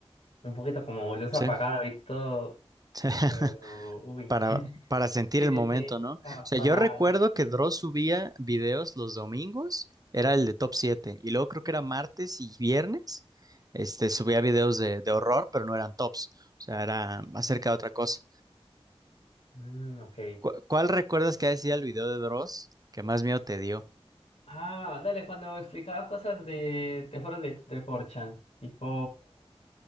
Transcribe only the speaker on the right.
sí.
<laughs>
para,
para sentir
el
momento,
¿no? O
sea,
yo recuerdo que Dross subía videos los domingos, era el de top 7 y luego creo que era martes y viernes, este, subía videos de, de horror, pero no eran tops, o sea, era acerca de otra cosa.
¿Cu- ¿Cuál recuerdas que decía el video de Dross que más miedo te dio?